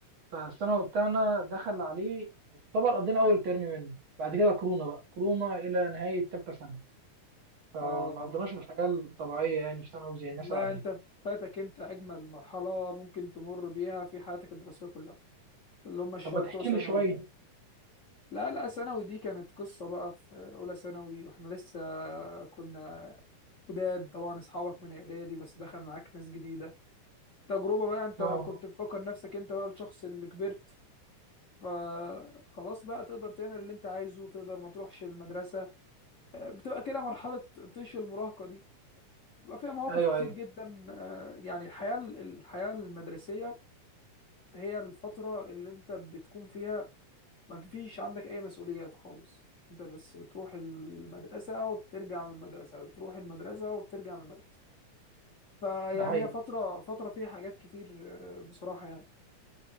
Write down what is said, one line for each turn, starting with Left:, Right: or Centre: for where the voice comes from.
Right: فالثانوي بتاعنا دخل عليه يعتبر قضينا اول ترم منه بعد كده كورونا بقى كورونا الى نهايه ثالثه ثانوي فما
Left: اه
Right: قضيناش الحياه الطبيعيه يعني في ثانوي زي الناس
Left: لا
Right: العاديه
Left: انت فاتك انت اجمل مرحلة ممكن تمر بيها في حياتك الدراسية كلها اللي هم الشوية
Right: طب ما تحكي
Left: بتوع ثانوي
Right: لي شويه
Left: دول لا لا ثانوي دي كانت قصة بقى في اولى ثانوي واحنا لسه كنا جداد طبعا اصحابك من اعدادي بس دخل معاك ناس جديدة تجربة بقى انت
Right: اه
Left: كنت مفكر نفسك انت بقى الشخص اللي كبرت فخلاص بقى تقدر تعمل اللي انت عايزه تقدر ما تروحش المدرسة آه، بتبقى كده مرحلة طيش المراهقة دي بيبقى فيها مواقف
Right: ايوه
Left: كتير
Right: ايوه
Left: جدا آه، يعني الحياة الحياة المدرسية هي الفترة اللي انت بتكون فيها ما فيش عندك اي مسؤوليات خالص انت بس بتروح المدرسة وبترجع من المدرسة بتروح المدرسة وبترجع من المدرسة فيعني
Right: ده حقيقي
Left: هي فترة فترة فيها حاجات كتير آه، بصراحة يعني